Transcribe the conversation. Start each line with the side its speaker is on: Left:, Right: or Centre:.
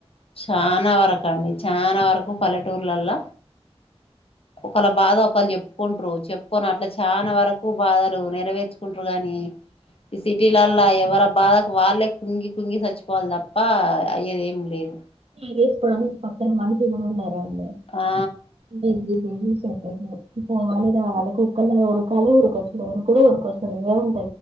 Left: చానా వరకు అండి చానా వరకు పలెటూర్లల్ల ఒకళ్ళ బాధ ఒకల్ చెప్ ప్పుకుంట్రూ చెప్పుకొని అట్లా చాన వరకు బాధలు నెరవేర్చుకుంట్రూ గాని ఈ సిటీలల్లా ఎవర బాధకు వాళ్ళే కుంగి కుంగి చచ్చిపోవాలి తప్ప అయ్యేదేం లేదు
Right: ఇగ ఇప్పుడు పక్కన మనిషి కూడా ఉండరండి
Left: ఆ
Right: బిజీ బిజీ షెడ్యూల్ పోవాలి రావాలి కుక్కల్లగా ఉరుకాలి ఉరుకోచ్చుడు ఉరుకుడు ఊరుకోచ్చుడు ఇదే ఉం